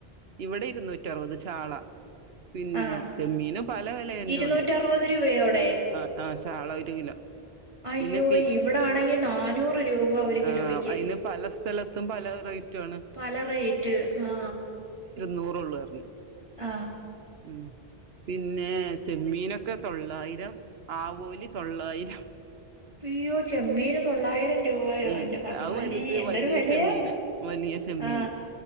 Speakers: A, on the right (about 75°); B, on the right (about 30°).
A: ഇവിടെ ഇരുന്നൂറ്റി റുപത് ചാള പിന്നെ
B: ആഹ്
A: ചെമ്മീന് പല വില
B: ഇരുന്നൂറ്ററുപത്
A: ഉണ്ട്
B: രൂപയോടെ
A: ആ ആ ചാള ഒരു കിലോ
B: അയ്യോ
A: പിന്നെ
B: ഇവിടാണെങ്കി നാനൂറ് രൂപ ഒരു കിലോയ്ക്ക്
A: ആ അതിന്- സ്ഥലത്തും പല ആണ്
B: പല റേറ്റ് ആ
A: നൂറോള്ളൂ അർഞ്
B: ആ
A: ഉം പിന്നെചെമ്മീനൊക്കെ തൊള്ളായിരം ആവോലി തൊള്ളായിരം
B: അയ്യോ ചെമ്മീന് തൊള്ളായിരം രൂപായോ
A: ഉം
B: എന്റെ ഭഗവാനെ
A: അവ് വലുത്
B: എന്തൊരു
A: വലിയ
B: വിലയാ
A: ചെമ്മീന് വലിയ ചെമ്മീന്
B: ആഹ്